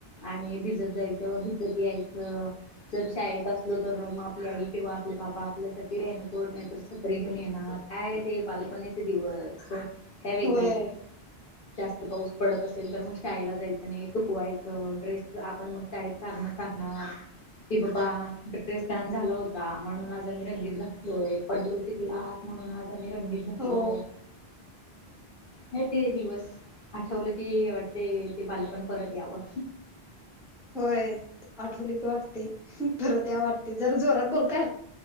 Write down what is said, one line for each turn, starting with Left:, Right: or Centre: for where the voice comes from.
Left: आणि भिजत जायचं. भिजत यायचं. जर शाळेत असलो तर मग आपली आई किंवा आपले बाबा आपल्यासाठी रेण कोठ नाहीतर छत्री घेऊन येणार. काय ते बालपणीचे दिवस हं काय वेगळेच
Centre: होय.
Left: जास्त पाऊस पडत असेल तर मग शाळेला जायचं नाही चुकवायचं ड्रेस आपण मग शाळेत. करण सांगणार. कि बाबा ड्रेस ध्यान झाला होता म्हणून आज आम्ही रंगीत घातलोय पडलो ती ''--'' लात म्हणून आज आम्ही रंगीत घातलोय.
Centre: हो
Left: नाही ते दिवस आठवलं की वाटते ते बाल पण परत यावं.
Centre: होय आठवली की वाटते परत या वाटते जरा जोरात बोल काय.